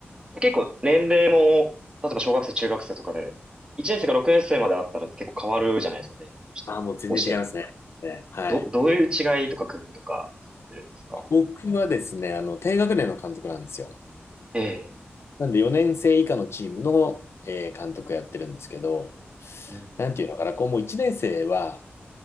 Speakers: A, on the right; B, on the left.
A: 結構年齢も、例えば小学生、中学生とかで、1年生から6年生まであったら結構変わるじゃないですか、年齢として。
B: ああ、もう全然違いますね。
A: 教え方。
B: ねはい。
A: ど、どういう違いとか工夫とかされてるんですか
B: 僕はですね、あの、低学年の監督なんですよ。
A: ええ、
B: なんで4年生以下のチームの、えー監督やってるんですけど、
A: うん、
B: なんていうのかな、こうもう1年生は、